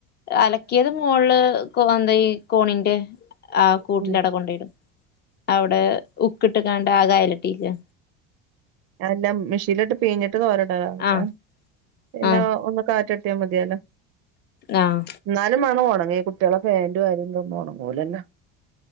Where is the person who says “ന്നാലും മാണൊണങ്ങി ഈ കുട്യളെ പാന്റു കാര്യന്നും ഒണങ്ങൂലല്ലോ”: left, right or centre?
Right